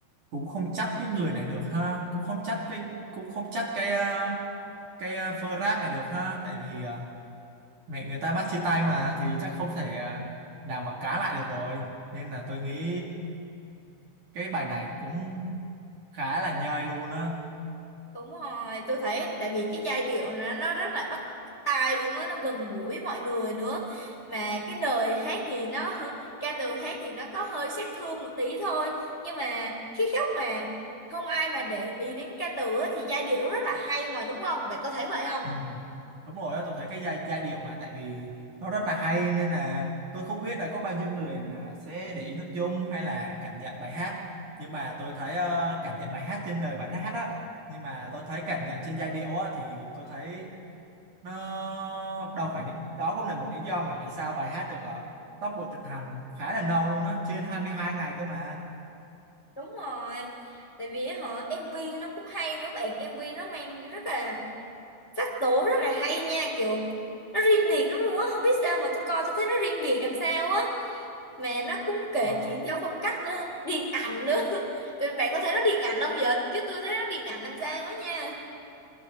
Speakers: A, on the right; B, on the left.
A: cũng không trách cái người này được ha, cũng không trách cái cũng không trách cái à, cái à, Frap này được ha, tại vì à, mẹ người ta bắt chia tay mà thì chắc không thể à, nào mà cá lại được rồi. Nên là tôi nghĩ cái bài này cũng khá là nhơi luôn á.
B: Đúng rồi, tôi thấy tại vì cái giai điệu nó nó rất là bắt bắt tai luôn á, nó gần gũi mọi người nữa. Mà cái lời hát thì nó hơ- ca từ hát thì nó có hơi sát thương một tí thôi, nhưng mà khi khóc mà không ai mà để ý đến ca từ á, thì giai điệu nó rất là hay mà đúng không? Bạn có thấy vậy không?
A: Ừ. Đúng rồi á, tôi thấy cái giai, giai điệu mà tại vì nó rất là hay nên là tôi không biết là có bao nhiêu người là sẽ để ý nội dung hay là cảm nhận bài hát nhưng mà tôi thấy ờ, cảm nhận bài hát trên lời bài hát á nhưng mà tôi thấy cảm nhận trên giai điệu á thì tôi thấy nó đâu phải định đó cũng là một lý do mà vì sao bài hát được ờ, top bộ tracks hành khá là lâu luôn á trên 22 ngày cơ mà
B: Đúng rồi. Tại vì họ MV nó cũng hay nữa bạn, MV nó mang rất là sắc tố rất là hay nha, kiểu nó riêng biệt lắm luôn á, không biết sao mà tôi coi tôi thấy nó riêng biệt làm sao á. mà nó cũng kể
A: Ờ,
B: chuyện theo phong cách nữa điện ảnh nữa <laughs> Rồi bạn có thấy nó điện ảnh không vậy chứ tôi thấy nó điện ảnh làm sao quá nha